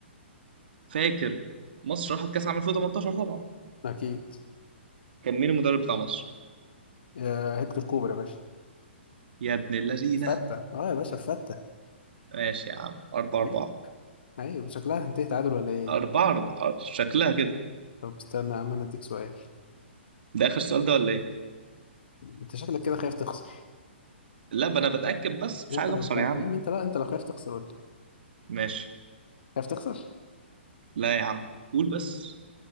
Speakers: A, on the right; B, on the left.
A: فاكر مصر راحت كأس عام 2018 طبعا
B: أكيد
A: كان مين المدرب بتاع مصر؟
B: يا هيكتور كوبر يا باشا
A: يا ابن اللذينة
B: فتة اه يا باشا فتة
A: ماشي يا عم أربعة أربعة
B: عيب عيب شكلها هتنتهي تعادل ولا ايه
A: أربعة أربعة شكلها كده
B: طب استنى يا عم انا اديك سؤال
A: ده آخر سؤال ده ولا إيه؟
B: انت شكلك كده خايف تخسر
A: لا بقى أنا بتأكد بس
B: يعني
A: مش عايز
B: انت لو
A: أخسر
B: خايف
A: يا عم
B: يا عم انت لا انت لو خايف تخسر قول لي
A: ماشي
B: خايف تخسر
A: لا يا عم قول بس